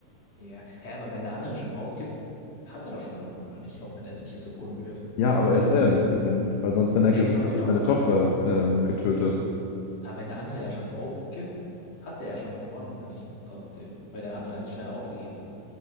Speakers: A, on the left (about 45°); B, on the left (about 70°).
A: Ja. Hä, aber wenn der andere schon aufgibt, hat er doch schon gewonnen, oder nicht? Auch wenn er es sich jetzt zu Boden wirft.
B: Ja, aber
A: Oder
B: er soll
A: wie
B: ja
A: sieht's
B: nicht
A: aus?
B: gewinnen, weil sonst, wenn er
A: Ja,
B: gewinnt,
A: genau,
B: dann
A: genau.
B: wird seine
A: Aber
B: Tochter
A: ha-
B: ähm, getötet.
A: ah, wenn der andere ja schon aufgibt, hat er ja schon gewonnen, oder nicht? Trotzdem. Weil der andere halt schneller aufgegeben hat.